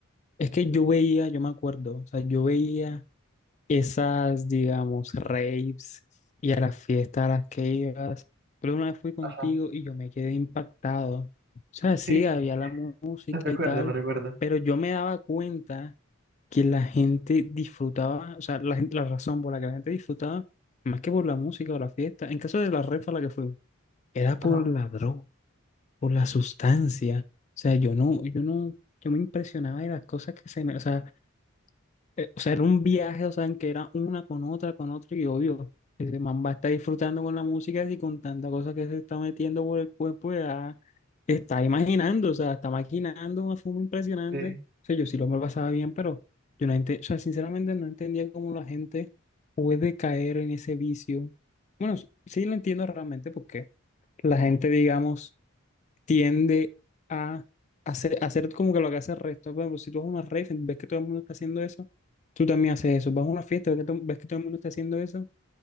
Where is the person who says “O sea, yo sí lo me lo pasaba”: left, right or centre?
Left